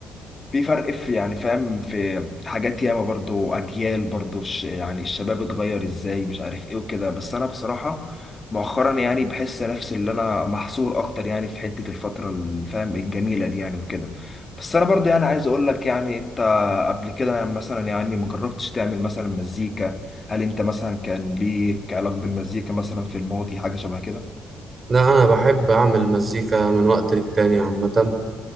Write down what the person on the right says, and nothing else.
لا انا بحب اعمل مزيكا من وقت للتاني عامة